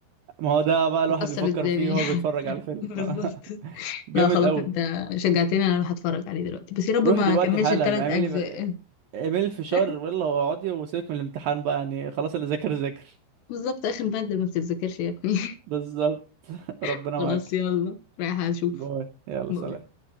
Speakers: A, on the right; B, on the left.
A: ما هو ده بقى الواحد
B: تكسر
A: بيفكر
B: الدنيا
A: فيه وهو
B: <laughs>
A: بيتفرج على الفيلم
B: بالظبط
A: <laughs> جامد
B: لا خلاص
A: قوي
B: انت شجعتني انا اروح اتفرج عليه دلوقتي بس يا رب
A: روح
B: ما
A: دلوقتي
B: كملش
A: حالا
B: الثلاث
A: اعملي
B: اجزاء
A: اعمل فشار
B: <laughs>
A: يلا واقعدي وسيبك من الامتحان بقى يعني خلاص اللي ذاكر ذاكر
B: بالظبط آخر مادة ما بتتذاكرش يا ابني
A: بالظبط <laughs> ربنا
B: <laughs> خلاص
A: معاك
B: يلا رايحة أشوف
A: باي يلا
B: باي.
A: سلام